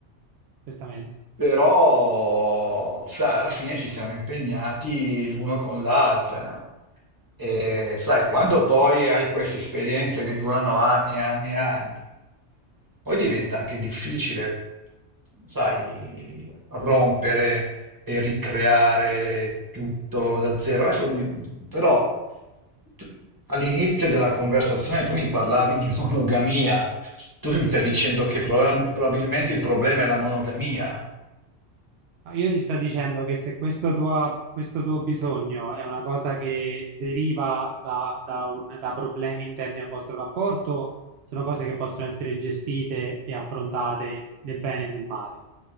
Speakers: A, on the right (about 65°); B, on the right (about 20°).
A: Certamente.
B: Però, sai, alla fine ci siamo impegnati l'uno con l'altra. E sai, quando poi hai queste esperienze che durano anni e anni e anni, poi diventa anche difficile, sai, rompere e ricreare tutto da zero. Adesso, mi- però, tu- all'inizio della conversazione tu mi parlavi di <laughs> monogamia. Tu mi stai dicendo che proba- probabilmente il problema è la monogamia?
A: Ma Io ti sto dicendo che se questo tuo, questo tuo bisogno è una cosa che deriva da, da un- da problemi interni al vostro rapporto, sono cose che possono essere gestite e affrontate nel bene e nel male.